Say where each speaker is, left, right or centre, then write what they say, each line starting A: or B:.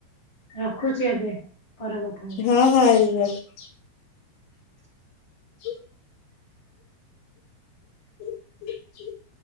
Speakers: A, on the left; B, on the left.
A: ହଁ ରଖୁଛି ଏବେ, ପରେକଥ୍
B: ହଁ, ହଁ, ଏଇ <unintelligible> ହ ହ